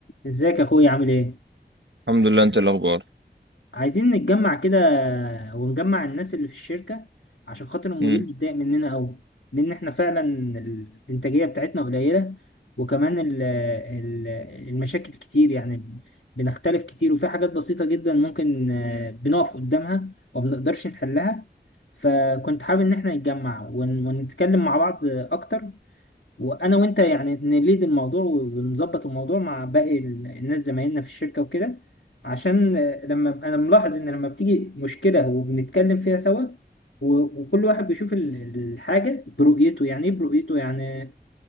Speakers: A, on the left; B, on the right.
A: ازيك يا اخويا عامل ايه
B: الحمد لله انت إيه الاخبار
A: عايزين نتجمع كده ونجمع الناس اللي في الشركة عشان خاطر المدير
B: امم
A: متضايق مننا قوي لان احنا فعلا ال- الانتاجية بتاعتنا قليلة وكمان ال ال المشاكل كتير يعني بنختلف كتير وفي حاجات بسيطة جدا ممكن آه، بنقف قدامها ومبنقدرش نحلها فكنت حابب ان احنا نتجمع ون- ونتكلم مع بعض اكتر وانا وانت يعني نليد الموضوع ونظبط الموضوع مع باقي ال- الناس زمايلنا في الشركه وكده عشان آه، لما انا ملاحظ ان لما بتيجي مشكله وبنتكلم فيها سوا و- وكل واحد بيشوف ال- الحاجه برؤيته يعني ايه برؤيته يعني